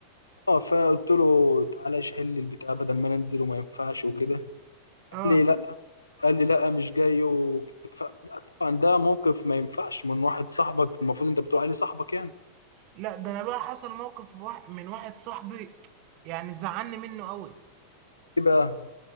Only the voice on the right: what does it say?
اه
لا ده انا بقى حصل موقف واحد من واحد صاحبي يعني زعلني منه قوي